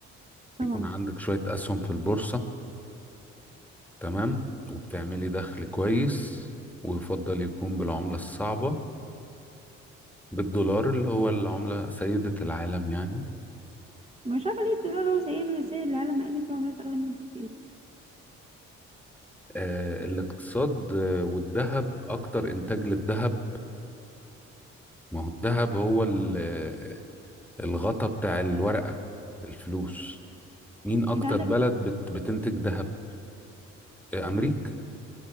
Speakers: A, on the right; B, in the centre.
A: طبعا
B: يكون عندك شوية أسهم في البورصة تمام وبتعملي دخل كويس ويفضل يكون بالعملة الصعبة بالدولار اللي هو العملة سيدة العالم يعني
A: مش عارفة ليه الدولار هو سيد سيد العالم مع إن في عملات أغلى منه بكتير
B: آه الاقتصاد آه، والذهب أكتر إنتاج للذهب ما هو الذهب هو ال- الغطا بتاع الورقة الفلوس مين أكتر
A: أنت عندك
B: بلد بت بتنتج ذهب آه، أمريكا